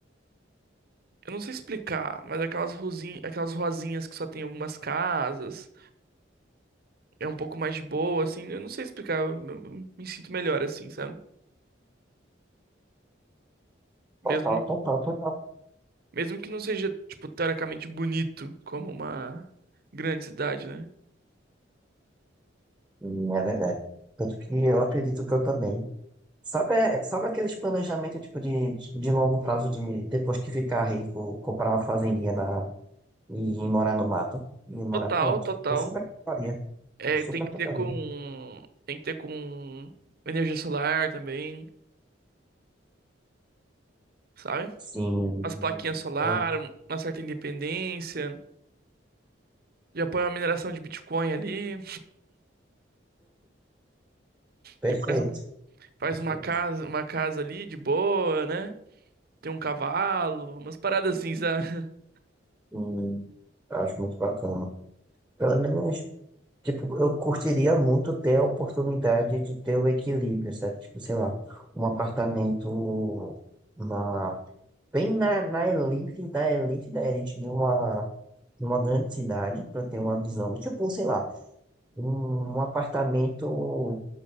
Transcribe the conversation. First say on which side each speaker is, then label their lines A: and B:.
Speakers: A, on the right; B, in the centre.
A: Eu não sei explicar, mas aquelas ruzinhas, aquelas ruazinhas que só tem algumas casas, é um pouco mais de boa, assim, eu não sei explicar, eu, eu me sinto melhor assim, sabe?
B: Total,
A: Mesmo,
B: total, total.
A: mesmo que não seja, tipo, teoricamente bonito como uma grande cidade, né?
B: Hum, É verdade. Tanto que eu acredito que eu também. Sabe, é, sabe aqueles planejamentos tipo de, de longo prazo de depois que ficar rico, comprar uma fazendinha na E ir morar no mato. E morar
A: Total,
B: pronto.
A: total.
B: Eu super toparia.
A: É,
B: Eu super
A: tem que
B: toparia.
A: ter com, tem que ter com energia solar também, sabe?
B: Sim.
A: As plaquinhas solar,
B: Hum,
A: uma certa independência. Já põe uma mineração de Bitcoin ali,
B: Perfeito.
A: e faz, um- faz
B: Perfeito.
A: uma casa, uma casa ali de boa, né? Tem um cavalo, umas paradas assim, sabe? <laughs>
B: Hum, eu acho muito bacana. Pelo menos, tipo, eu curtiria muito ter a oportunidade de ter o equilíbrio, sabe? Tipo, sei lá, um apartamento na, bem na, na elite da elite da elite de uma, de uma grande cidade, para ter uma visão. Tipo, sei lá, um um apartamento.